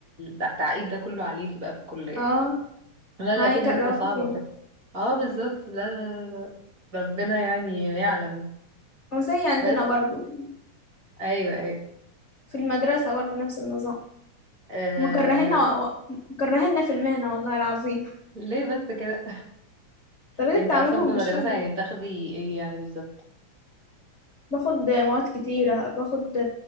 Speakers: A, on the right; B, on the left.
A: التعقيد ده كله عليكي بقى في الكلية
B: اه
A: لا لا
B: هيكرهوك
A: في دكاترة صعبة
B: فيها
A: بس اه بالظبط لا لا لا ربنا يعني يعلم
B: وزي عندنا
A: بس
B: برضو
A: ايوه ايوه
B: في المدرسة برضو نفس النظام
A: آه،
B: مكرهنا و... مكرهنا في المهنة والله العظيم
A: ليه بس كده
B: طريقة
A: انت
B: تعاملهم
A: اصلا في المدرسة
B: مش حلوة
A: يعني بتاخدي ايه يعني بالظبط
B: باخد مواد كتيرة باخد